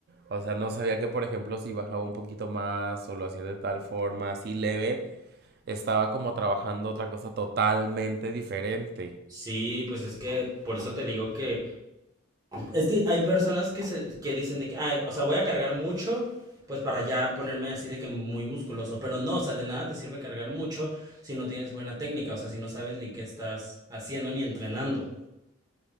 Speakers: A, on the right (about 50°); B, on the right (about 20°).
A: O sea, no sabía que, por ejemplo, si bajaba un poquito más o lo hacía de tal forma, así leve, estaba como trabajando otra cosa totalmente diferente.
B: Sí, pues es que por eso te digo que es que hay personas que se que dicen de que, ay, o sea, voy a cargar mucho, pues para ya ponerme así de que muy musculoso, pero no, o sea, de nada te sirve cargar mucho si no tienes buena técnica, o sea, si no sabes ni qué estás haciendo ni entrenando.